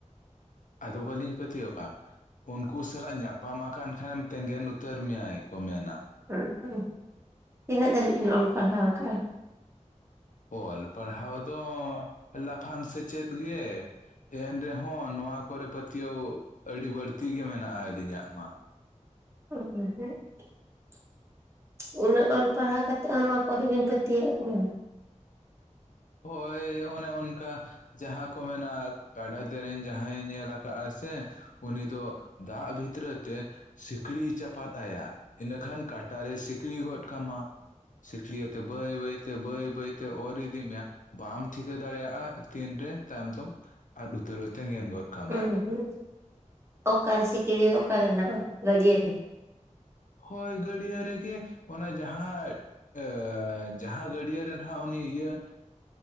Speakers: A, on the left (about 80°); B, on the right (about 20°).
A: ᱟᱫᱚ ᱵᱟᱹᱞᱤᱧ ᱯᱟᱹᱛᱭᱟᱹᱣᱚᱜ-ᱟ᱾ ᱩᱱᱠᱩ ᱥᱟᱞᱟᱜ ᱧᱟᱯᱟᱢ ᱟᱠᱟᱱ ᱠᱷᱟᱱᱮᱢ ᱛᱮᱸᱜᱮᱱ ᱩᱛᱟᱹᱨ ᱢᱮᱭᱟᱭ ᱠᱚ ᱢᱮᱱᱟ᱾
B: ᱦᱩᱸᱜ-ᱩ, ᱛᱤᱱᱟᱹᱜ ᱫᱷᱟᱹᱵᱤᱡ ᱵᱤᱱ ᱚᱞ ᱯᱟᱲᱦᱟᱣ ᱠᱟᱜ-ᱟ?
A: ᱚᱞ ᱯᱟᱲᱦᱟᱣ ᱫᱚ ᱞᱟᱯᱷᱟᱝ ᱥᱮᱪᱮᱫ ᱜᱮ᱾ ᱮᱱ ᱨᱮᱦᱚᱸ ᱱᱚᱣᱟ ᱠᱚᱨᱮ ᱯᱟᱹᱛᱭᱟᱹᱣ ᱟᱹᱰᱤ ᱵᱟᱹᱲᱛᱤ ᱜᱮ ᱢᱮᱱᱟᱜ-ᱟ ᱟᱹᱞᱤᱧᱟᱜ ᱢᱟ᱾
B: <unintelligible> ᱩᱱᱟᱹᱜ ᱚᱞ ᱯᱟᱲᱦᱟᱣ ᱠᱟᱛᱮᱜ ᱦᱚᱸ ᱱᱚᱣᱟ ᱠᱚᱨᱮ ᱵᱤᱱ ᱯᱟᱹᱛᱭᱟᱹᱜ ᱠᱟᱱᱟ?
A: ᱦᱳᱭ ᱚᱱᱮ ᱚᱱᱠᱟ᱾ ᱡᱟᱦᱟᱸ ᱠᱚ ᱢᱮᱱᱟ ᱠᱟᱰᱟ ᱫᱮᱨᱮᱧ ᱡᱟᱦᱟᱸᱭᱮ ᱧᱮᱞ ᱠᱟᱜ-ᱟ ᱥᱮ ᱩᱱᱤ ᱫᱚ ᱫᱟᱜ ᱵᱷᱤᱛᱨᱤ ᱛᱮ ᱥᱤᱠᱲᱤᱭ ᱪᱟᱯᱟᱫ ᱟᱭᱟ, ᱤᱱᱟᱹᱠᱷᱟᱱ ᱠᱟᱴᱟᱨᱮ ᱥᱤᱠᱲᱤ ᱜᱚᱫ ᱠᱟᱢᱟ᱾ ᱥᱤᱠᱞᱤ ᱟᱛᱮ ᱵᱟᱹᱭ ᱵᱟᱹᱭ ᱛᱮ, ᱵᱟᱹᱭ ᱵᱟᱹᱭ ᱛᱮ ᱟᱨ ᱤᱫᱤ ᱢᱮᱭᱟ᱾ ᱵᱟᱢ ᱴᱷᱤᱠᱟᱹ ᱫᱟᱲᱮᱭᱟᱜ-ᱟ ᱛᱤᱱ ᱨᱮ ᱛᱟᱭᱚᱢ ᱫᱚᱢ ᱟᱫ ᱩᱛᱟᱹᱨᱚᱜ ᱛᱮᱸᱜᱮᱱ ᱜᱚᱫ ᱠᱟᱢᱟᱭ
B: ᱩᱸ-ᱦᱩᱸᱜ, ᱚᱠᱟᱨᱮ ᱥᱤᱠᱲᱤ ᱫᱚ ᱚᱠᱟᱨᱮ ᱦᱮᱱᱟᱜ-ᱟ ᱜᱟᱹᱰᱤᱭᱟᱨᱮ?
A: ᱦᱳᱭ ᱜᱟᱹᱰᱭᱟᱹ ᱨᱮᱜᱮ ᱚᱱᱟ ᱡᱟᱦᱟᱸ ᱟᱹᱻ ᱡᱟᱦᱟᱸ ᱜᱟᱹᱰᱭᱟᱹ ᱨᱮ ᱱᱟᱜ ᱩᱱᱤ ᱤᱭᱟᱹ